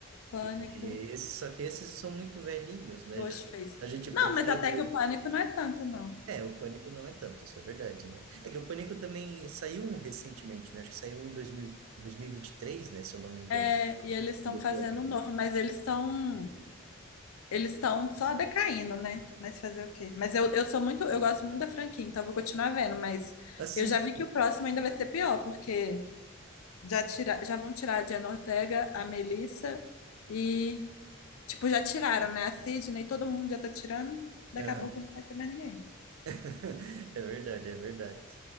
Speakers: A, on the left; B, on the right.
A: Pânico,
B: e esses, só que esses são muito velhinhos, né?
A: Ghostface.
B: Já, a gente percebe.
A: Não, mas até que
B: o-
A: o pânico não é tanto, não.
B: É, o Pânico não é tanto, isso é verdade, né? É que o Pânico também saiu um recentemente, né? Acho que saiu um em dois mil, dois mil e vinte e três né? Se eu não me engano,
A: É, e eles estão
B: do
A: fazendo
B: Pânico.
A: um novo, mas eles estão eles estão só decaindo, né? Mas fazer o quê? Mas eu, eu sou muito, eu gosto muito da franquia, então eu vou continuar vendo, mas
B: Assiste.
A: eu já vi que o próximo ainda vai ser pior, porque já tira, já vão tirar a Jenna Ortega, a Melissa e tipo, já tiraram, né? A Sydney, todo mundo já tá tirando. Daqui
B: Aham.
A: a pouco não vai ter mais ninguém.
B: <laughs> É verdade, é verdade.